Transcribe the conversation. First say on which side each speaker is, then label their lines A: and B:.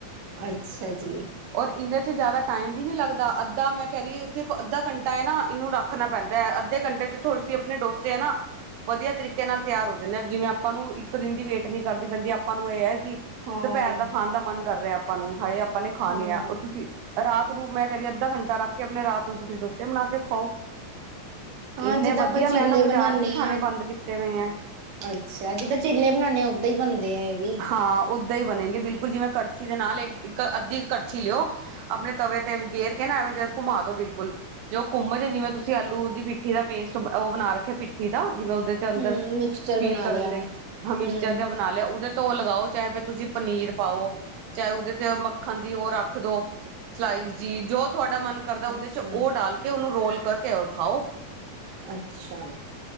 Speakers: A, on the right; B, on the right.
A: ਅੱਛਾ ਜੀ।
B: ਔਰ ਇਹਦੇ ਚ ਜ਼ਿਆਦਾ ਟਾਈਮ ਵੀ ਨੀ ਲੱਗਦਾ ਅੱਧਾ ਮੈਂ ਕਹਿ ਰਹੀ ਸਿਰਫ ਅੱਧਾ ਘੰਟਾ ਹੈ ਨਾ ਇਹਨੂੰ ਰੱਖ ਖਣਾ ਪੈਂਦਾ ਹੈ ਅੱਧੇ ਘੰਟੇ ਚ ਥੋੜੇ ਤੁਸੀ ਆਪਣੇ ਡੋਸੇ ਏ ਨਾ ਵਧੀਆ ਤਰੀਕੇ ਨਾਲ ਤਿਆਰ ਹੋ ਜਾਂਦੇ ਜਿਵੇਂ ਆਪਾਂ ਨੂੰ ਇੱਕ ਦਿਨ ਦੀ ਵੇਟ ਨਹੀਂ ਕਰਦੀ ਪੈਂਦੀ ਆਪਾਂ ਨੂੰ ਇਹ ਹੈ ਕਿ
A: ਹਾਂ
B: ਦੁਪਹਿਰ ਦਾ ਖਾਣ ਦਾ ਮਨ ਕਰ ਰਿਹਾ ਆਪਾਂ ਨੂੰ ਹਾਏ ਆਪਾਂ ਨੇ ਖਾਣੇ
A: ਹਮ
B: ਆ ਉਹ ਤੁਸੀਂ ਰਾਤ ਨੂੰ ਮੈਂ ਕਹਿ ਰਹੀ ਅੱਧਾ ਘੰਟਾ ਰੱਖ ਕੇ ਆਪਣੇ ਰਾਤ ਨੂੰ ਤੁਸੀਂ ਡੋਸੇ ਬਣਾ ਕੇ ਖਾਓ।
A: ਹਾਂ
B: ਇੰਨੇ
A: ਜਿੱਦਾਂ
B: ਵਧੀਆ
A: ਆਪਾਂ ਚੀਲੇ
B: ਮੈਂ ਤਾਂ ਬਾਜ਼ਾਰ
A: ਬਣਾਉਦੇ
B: ਦੇ ਖਾਣੇ
A: ਹਾਂ
B: ਬੰਦ ਕੀਤੇ ਪਏ ਐ।
A: ਅੱਛਾ ਜਿੱਦਾਂ ਚਿੱਲੇ ਬਣਾਣੇ ਆ ਉਦਾਂ ਹੀ ਬਣਦੇ ਆ ਇਹ ਵੀ।
B: ਹਾਂ ਓਦਾਂ ਹੀ ਬਣੇਗੀ ਬਿਲਕੁੱਲ ਜਿਵੇਂ ਕੜਛੀ ਦੇ ਨਾਲ ਇੱਕ ਅੱਧੀ ਕੜਛੀ ਲਿਓ ਆਪਣੇ ਤਵੇ ਤੇ ਗੇਰ ਕੇਹ ਨਾ ਐਵੇਂ ਜ ਘੁਮਾ ਦੋ ਬਿਲਕੁੱਲ। ਜੋ ਘੁੰਮਜ ਜਿਵੇਂ ਤੁਸੀਂ ਆਲੂ ਦੀ ਪਿੱਠੀ ਦਾ ਪੇਸਟ ਉਹ ਬਣਾ ਰੱਖੇ ਪਿੱਠੀ ਦਾ ਜਿਵੇਂ ਉਹਦੇ ਅੰਦਰ
A: ਹਮ ਮਿਕਸਚਰ
B: ਫੀਲ
A: ਬਣਾ
B: ਕਰਨ
A: ਲਿਆ
B: ਲਈ ਹਮਿਕਸਰ
A: ਹਮ
B: ਜਿਹਾ ਬਣਾ ਲਿਆ ਉਹਦੇ ਧੋ ਲਗਾਓ ਚਾਹੇ ਫਿਰ ਤੁਸੀਂ ਪਨੀਰ ਪਾਓ ਚਾਹੇ ਉਹਦੇ ਚ ਮੱਖਣ ਦੀ ਉਹ ਰੱਖ ਦੰ ਸਲਾਈਸ ਜੀ ਜੋ ਤੁਹਾਡਾ ਮਨ ਕਰਦਾ ਉਹਦੇ
A: ਅੱਛਾ
B: ਚ ਉਹ ਡਾਲ ਕੇ ਉਹਨੂੰ ਰੋਲ ਕਰਕੇ ਔਰ ਖਾਓ।
A: ਅੱਛਾ।